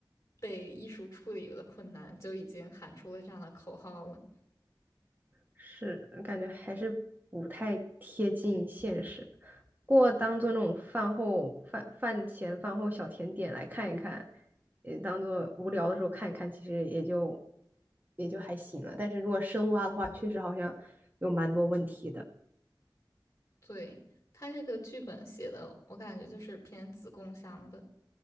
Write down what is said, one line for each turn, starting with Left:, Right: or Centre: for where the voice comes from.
Left: 被艺术处理的困难，就已经喊出了这样的口号了。
Right: 是，感觉还是不太贴近现实。不过当做那种饭后饭饭前饭后小甜点来看一看，也当做无聊的时候看一看，其实也就也就还行了。但是如果深挖的话，确实好像有蛮多问题的。
Left: 对，他这个剧本写的，我感觉就是偏子供向的，